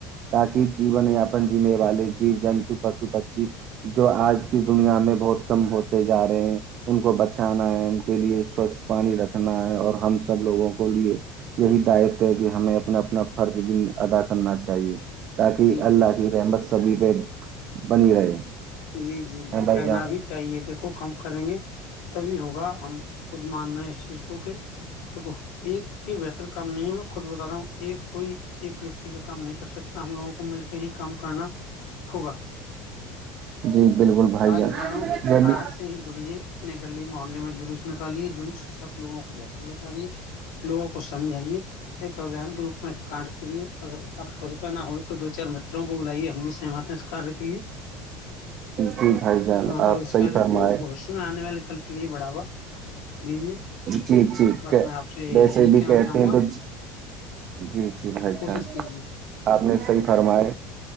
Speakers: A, on the right; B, on the left.
A: تاکہ جیون یاپن جینے والے جیو جنتو کو پو بچی جو آج کی دنیا میں بہت کم ہوتے جا رہے ہیں ان کو بچانا ہے ان کے لیے سوچھ پانی رکھنا ہے اور ہم سب لوگوں کو لیے یہی دائتو ہے کہ ہمیں اپنا اپنا فرض بھی ادا کرنا چاہیے تاکہ
B: جی
A: اللہ
B: جی
A: کی رحمت سبھی پہ بنی رہے
B: جی جی جی
A: بھائی
B: کرنا
A: جان
B: بھی چاہیے دیکھو کم کریں گے تبھی ہوگا ہم خود ماننا ہیں اس چیز کو کہ د ایک کے بہتر کام نہیں ہے میں خود بتا رہا ہوں ایک کوئی ایک ویکتی کا کام نہیں کر سکتا ہم لووں کو مل کے ہی کام کرنا ہوگا
A: جی بالکل بھائی
B: آج
A: گ
B: بلا رہا ہوں کہ
A: جنی
B: آج سے ہی جڑیے اپنے گلی محلے میں جلوس نکالے جلوس کے ساتھ لووں کو بیٹھک بیٹھا رہیے لوگوں کو سمجھائیے ایک ابھیان کے روپ میں کار کریے اگر آپ خود پہ نہ ہوئی تو دو چار متروں کو بلائیے ہم بھی سہمت ہیں اس کار کے لیے
A: جی بھائی جان
B: اور
A: آپ
B: اس
A: صحیح
B: کاریہ
A: فرمائے
B: کو بوشیہ میں آنے والے کل کے لیے بڑاوا لیجیے
A: جی جی
B: بس میں آپ سے
A: ویسے
B: یہی
A: بھی
B: کہنا
A: کہتے
B: چاہوں
A: ہیں
B: گا
A: تو جی جی بھائی
B: کوشش
A: جان
B: کیجیے
A: آپ نے صحیح فرماائے